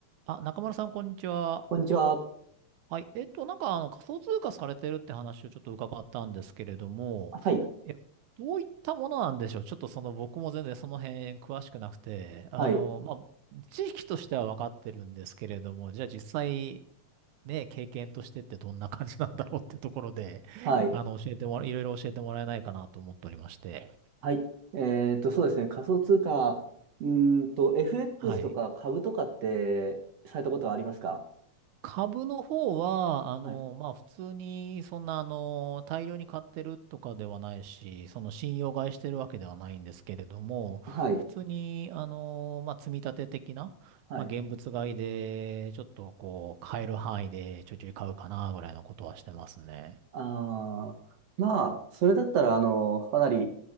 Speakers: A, on the right; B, on the right.
A: あ、中丸さん、こんにちは。
B: こんにちは。
A: はい。えっと、なんか、あの、仮想通貨されてるって話をちょっと伺ったんですけれども、
B: はい。
A: え、どういったものなんでしょうちょっとその、僕も全然その辺詳しくなくて、
B: はい。
A: あの、まあ、知識としては分かってるんですけれども、じゃあ実際、ね、経験としてってどんな感じなんだろうってところで、
B: はい。
A: あの、教えてもら、いろいろ教えてもらえないかなと思っておりまして。
B: はい。えっと、そうですね。仮想通貨、うーんと、FX
A: はい。
B: とか株とかってされたことはありますか
A: 株の方は、あの、
B: はい。
A: まあ、普通に、そんな、あの、大量に買ってるとかではないし、その信用買いしてるわけではないんですけれども、
B: はい。
A: 普通に、あの、まあ、積み立て的な、
B: はい。
A: まあ、現物買いで、ちょっと、こう、買える範囲でちょいちょい買うかな、ぐらいのことはしてますね。
B: あー、まあ、それだったら、あの、かなり、